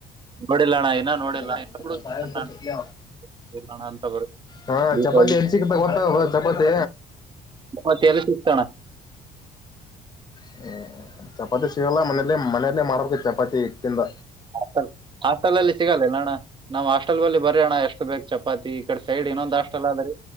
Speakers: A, on the right; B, on the left.
A: ನೋಡಿಲ್ಲಣ್ಣ ಇನ್ನ ನೋಡಿಲ್ಲ
B: ಜ
A: ಇನ್ನ ನೋಡಿಲ್ಲಣ್ಣ ಅಂತ ಬರುತ್ತೆ.
B: ಹಾ
A: ದೀಪಾವಳಿ
B: ಚಪಾತಿ ಎನ್ ಸಿಕ್ ಗತ್ತ ಚಪಾತಿ
A: ಮತ್ತಲ್ಲಿ ಸಿಗ್ತಣ
B: ಹ್ಮ ಚಪಾತಿ ಸಿಗಲ್ಲ ಮನೇಲಿ ಮನೆಯಲ್ಲೇ ಮಾಡೋ ಚಪಾತಿ ಹಿಟ್ಟಿಂದ
A: ಹಲ್ ಹಾಸ್ಟೆಲ್ ಅಲ್ಲಿ ಸಿಗಲ್ಲೆ ನಣ ನಾವ್ ಹಾಸ್ಟೆಲ್ ಬಲ್ಲಿ ಬರರಿ ಅಣ್ಣ ಎಷ್ಟು ಬೇಕಕ್ ಚಪಾತಿ ಈ ಕಡೆ ಸೈಡ್ ಇನ್ನೊಂದ್ ಹಸ್ಲ್ದ್ರರಿ